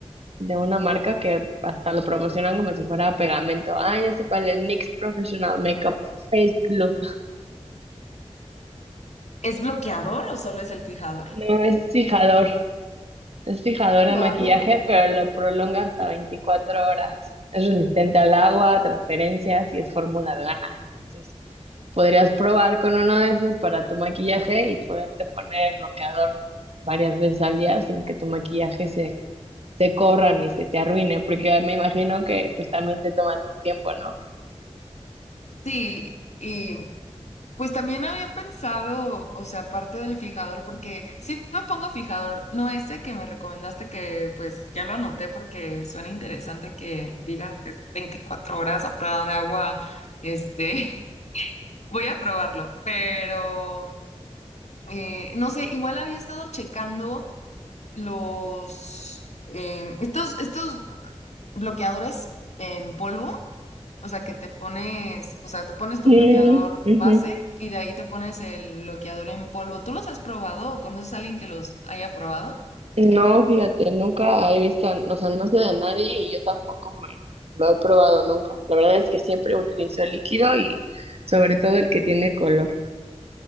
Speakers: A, on the right; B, on the left.
A: de una marca que hasta lo promocionan como si fuera pegamento. Ah, ya sé cuál, el NYX Professional Makeup Face Glue.
B: es bloqueador o solo es el fijador?
A: No, es fijador, es fijador
B: Guau.
A: de maquillaje, pero lo prolonga hasta 24 horas. Es resistente al agua, a transferencias y es fórmula vegana. Entonces, podrías probar con uno de esos para tu maquillaje y poderte poner el bloqueador varias veces al día sin que tu maquillaje se, se corra ni se te arruine, porque me imagino que pues también te toma tu tiempo, ¿no?
B: Sí, y Pues también había pensado, o sea, aparte del fijador, porque si no pongo fijador, no ese que me recomendaste que pues ya lo anoté porque suena interesante que digan que es 24 horas a prueba de agua, este, <laughs> voy a probarlo, pero eh, no sé, igual había estado checando los, em, estos, estos bloqueadores en polvo o sea, que te pones, o sea, te pones tu
A: Mm,
B: bloqueador
A: ujú.
B: base y de ahí te pones el bloqueador en polvo. ¿Tú los has probado o conoces a alguien que los haya probado?
A: No, fíjate, nunca he visto, o sea, no sé de nadie y yo tampoco me lo he probado nunca. La verdad es que siempre utilizo el líquido y sobre todo el que tiene color.